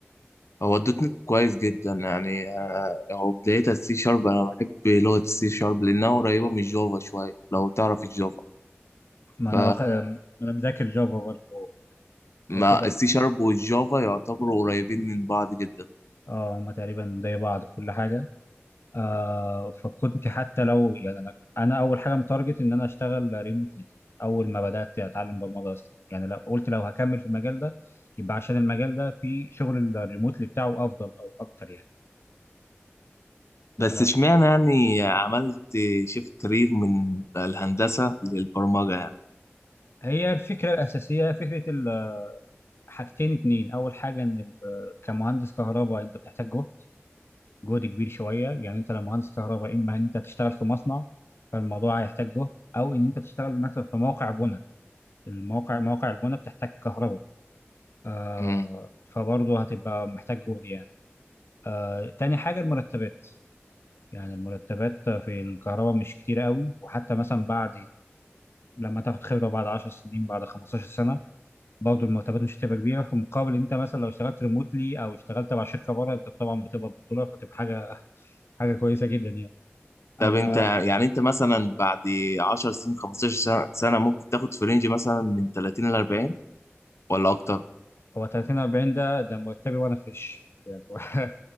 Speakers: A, on the left (about 80°); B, on the left (about 60°).
A: هو الدوت نت كويس جدا يعني آه هو بدايتها السي شارب انا بحب لغة السي شارب لانها قريبة من الجافا شوية لو تعرف الجافا
B: ما انا
A: ف
B: واخد ما انا مذاكر جافا برضه
A: ما
B: واخدها
A: السي شارب والجافا يعتبروا قريبين من بعض جدا
B: اه هما تقريبا زي بعض في كل حاجه آه فكنت حتى لو يعني انا انا اول حاجه متارجت ان انا اشتغل ريموتلي اول ما بدات اتعلم برمجه اصلا يعني لو قلت لو هكمل في المجال ده يبقى عشان المجال ده في شغل الريموتلي بتاعه افضل او اكتر يعني
A: بس
B: آه
A: اشمعنى يعني عملت شيفت كارير من الهندسة للبرمجة يعني
B: هي الفكره الاساسيه فكره ال- حاجتين اتنين اول حاجه ان ال- كمهندس كهرباء انت بتحتاج جهد جهد كبير شويه يعني انت لو مهندس كهرباء اما ان انت تشتغل في مصنع فالموضوع هيحتاج جهد او ان انت تشتغل مثلا في موقع بناء المواقع مواقع البناء بتحتاج كهرباء آه
A: مم.
B: فبرضه هتبقى محتاج جهد يعني آه تاني حاجة المرتبات يعني المرتبات في الكهرباء مش كتير قوي وحتى مثلا بعد لما تاخد خبرة بعد 10 سنين بعد 15 سنة برضه المرتبات مش هتبقى كبيرة في مقابل انت مثلا لو اشتغلت ريموتلي او اشتغلت مع شركة بره انت طبعا بتبقى بطولة فتبقى حاجة <laughs> حاجة كويسة جدا يعني
A: طب
B: اه انا
A: انت يعني انت مثلا بعد 10 سنين 15 سنة سنة ممكن تاخد في رينج مثلا من 30 ل 40 ولا اكتر
B: هو 30 40 ده ده مرتبي وانا فريش يعني <laughs>